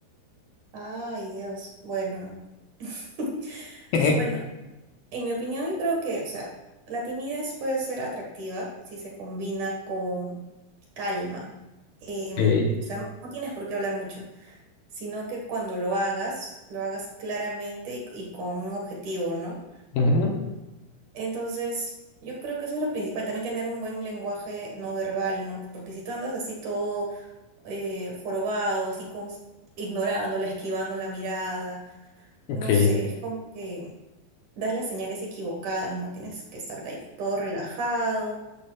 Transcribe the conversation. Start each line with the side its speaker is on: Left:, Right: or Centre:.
Right: Ay, Dios. Bueno. <laughs>
Left: <laughs>
Right: Bueno, en mi opinión, yo creo que, o sea, la timidez puede ser atractiva si se combina con calma. Em,
Left: Ok.
Right: o sea, no, no tienes por qué hablar mucho, sino que cuando lo hagas, lo hagas claramente y, y con un objetivo, ¿no?
Left: Ujú.
Right: Entonces, yo creo que eso es lo principal, también tener un buen lenguaje no verbal, ¿no? Porque si tú andas así todo eh, jorobado, así con, ignorándola, esquivando la mirada,
Left: Ok.
Right: no sé, es como que das las señales equivocadas, ¿no? Tienes que estar ahí todo relajado,